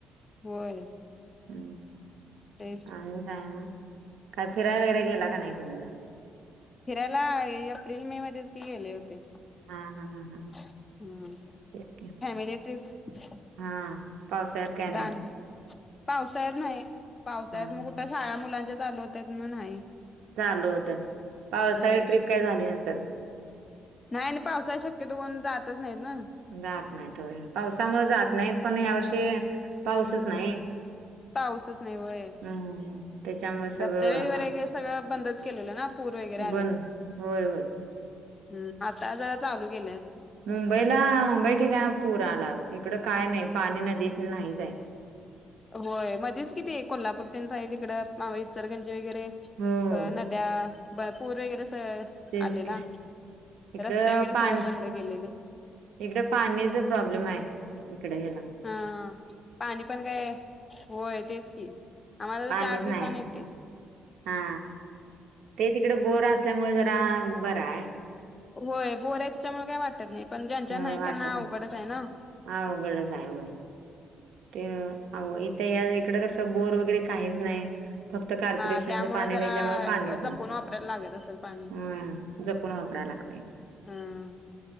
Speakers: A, on the left (about 30°); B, on the right (about 85°).
A: होय.
B: हम्
A: ते
B: आणि काय मग काय फिराय वगरे गेला का नाही तुम्ही लोग.
A: फिरायला एप्रिल मे मध्येच की गेले होते.
B: हा हा हा हा हा
A: हम्म
B: तेच की.
A: Family trip.
B: हा पावसाळ्यात काही
A: दांडी
B: नाही.
A: पावसाळ्यात नाही पावसाळ्यात
B: हा
A: मग कुठे शाळा मुलांच्या चालू होत्यात म नाही.
B: चालू होत्यात, पावसाळी
A: होय
B: ट्रीप काय झाली नसत.
A: नाही आणि पावसात शक्यतो कोन जातच नाहीत ना.
B: जात नाही होत पावसामुळे जात
A: हम्म
B: नाहीत पण ह्या वर्षी पाऊसच नाही.
A: पाऊसच नाही वय
B: हम्म त्याच्यामुळे सगळं
A: धबधबे वैगरे सगळं बंदच केलेलं ना, पूर वगैरे
B: बंद होय होय.
A: हम् आता जरा चालू केेलेत.
B: मुंबईला मुंबई ठिकाण पुरा आला इकड काय नाही पाणी नदीच नाही.
A: होय मध्येच किती कोल्हापूर त्यां साइड इकडं मा इचलंकरंजी वगैरे अ
B: हो
A: नद्या, पूर वगैरे कस
B: तेच
A: आलेला.
B: की. इकडं
A: रस्ते वगैरे
B: पा
A: सगळं बंद केलेले
B: इकडं पाणीच प्रॉब्लेम आहे. इकडे हेला.
A: हा पाणी पण काय होय तेच की आम्हाला तर
B: पाणीच
A: चार दिवसानी
B: नाही
A: येते.
B: हा ते तिकडे बोर असल्यामुळे जरा बरं आहे.
A: होय बोर आहे त्याच्यामुळे काय वाटत नाही पण ज्यांच्या
B: होय
A: नाही
B: वाटत
A: त्यांना
B: नाही
A: अवघडच आहे ना.
B: अवघडच आहे होय ते इथ या इकडं कसं बोर वगैरे काहीच नाही. फक्त कार्पोरेशनच
A: हा त्यामुळं
B: पाणी
A: जरा
B: त्या्च्यामुळे पाणीच नाही,
A: जपून वापरायला लागत असेल पाणी
B: हम जपून वापरायला लागते.
A: हम्म.